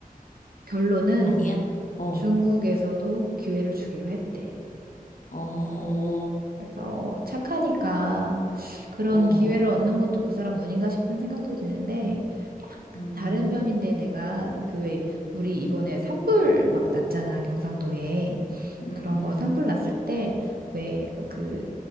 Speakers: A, on the right; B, on the left.
A: 결론은
B: 아니야? 어,
A: 중국에서도 기회를 주기로 했대.
B: 어,
A: 그래서 착하니까 그런
B: 어,
A: 기회를 얻는 것도 그 사람 운인가 싶은 생각도 드는데 약간
B: 음,
A: 다른 면인데 내가 그 왜 우리 이번에 산불 막 났잖아 경상도에
B: 음,
A: 그런
B: 음,
A: 거 산불 났을 때 왜 그